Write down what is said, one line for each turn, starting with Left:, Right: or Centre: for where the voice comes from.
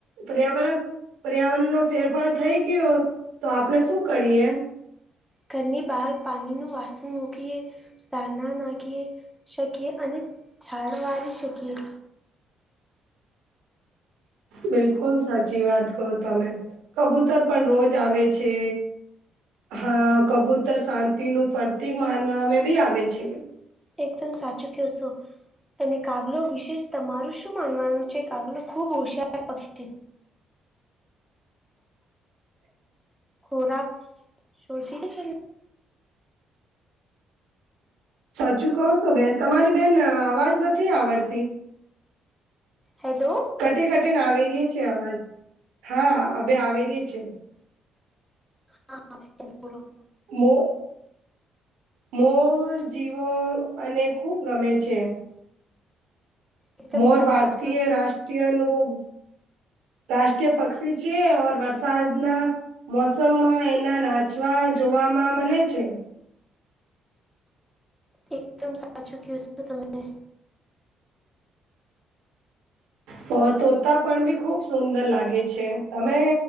Right: પર્યાવરણ પર્યાવરણ નો ફેરફાર થઈ ગયો તો આપણે શું કરીએ
Centre: ઘ બહાર પાણીનું વાસણ મૂકીએ તાણા નાખી શકીએ અને ઝાડ વારી શકીએ
Right: બિલકુલ સાચી વાત કહો તમે કબૂતર પણ રોજ આવે છે હા કબૂતર શાંતિનુ પ્રતીિક માનવામાં બી આવે છે
Centre: એકદમ સાચું કહશો અનેને કાગલો વિશેષ તમારું શું માનવાનું છે કાગલો ખુબ હોશયાર પક્ષી ખોરાક શજીથી ચ
Right: સાચું કહો છો બેન તમારી બેન અવાજ નથી આવડતી
Centre: હેલો
Right: કટે કટે ને આવે ર છે અવાજ હા અ આવે ર છ છે
Centre: હા
Right: મો મોર જીવો અને ખૂબ ગમે છે.
Centre: એકદમ
Right: મોર
Centre: સાચું
Right: ભારતીય
Centre: કહેશો તમે
Right: રાષ્ટ્રીયનું રાષ્ટ્રીય પક્ષી છે ઓર વરસાદનાં મોસમમાં એના નાચવા જોવામાં મલે છે.
Centre: એકદમ સાચું કયુ સ તો તમે
Right: ફર ધોતા પણ બી ખુબ સુંદર લાગે છે, તમે